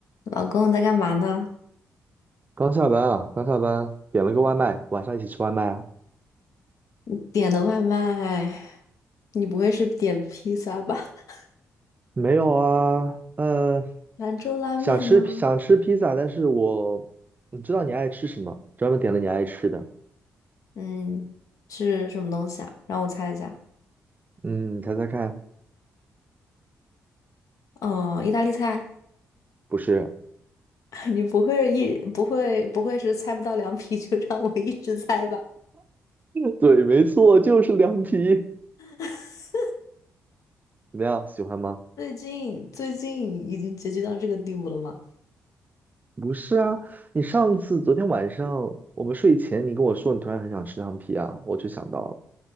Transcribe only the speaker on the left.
老公在干嘛呢？
你点的外卖，你不会是点披萨吧？<laughs>
兰州拉面吗？
嗯，是什么东西啊？让我猜一下。
嗯，意大利菜。
<laughs> 你不会一不会不会是猜不到凉皮就让我一直猜吧？
<laughs>
最近最近已经结局到这个地步了吗？